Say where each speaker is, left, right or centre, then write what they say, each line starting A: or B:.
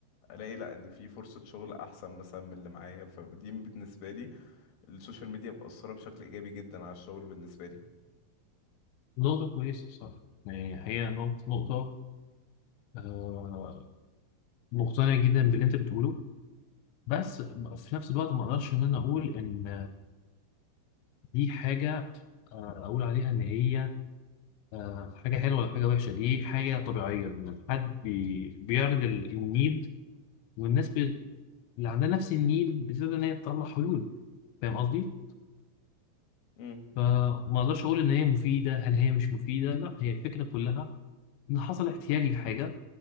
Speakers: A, on the left (about 65°); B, on the left (about 80°).
A: الاقي لا ان في فرصة شغل احسن مثلا من اللي معايا فدي بالنسبة لي السوشيال ميديا مأثرة بشكل إيجابي جدا على الشغل بالنسبة لي
B: نقطة كويسة صح يعني هي نقطة نقطة آه مقتنع جدا باللي أنت بتقوله بس في نفس الوقت ما أقدرش إن أنا أقول إن دي حاجة آه، أقول عليها إن هي آه، حاجة حلوة ولا حاجة وحشة دي حاجة طبيعية إن حد بي- بيعرض ال- النيل والناس بي... اللي عندها نفس النيل بتبدأ إن هي تطلع حلول
A: مهم.
B: فاهم قصدي؟
A: مم.
B: فما أقدرش أقول إن هي مفيدة هل هي مش مفيدة لا هي الفكرة كلها إن حصل احتياج لحاجة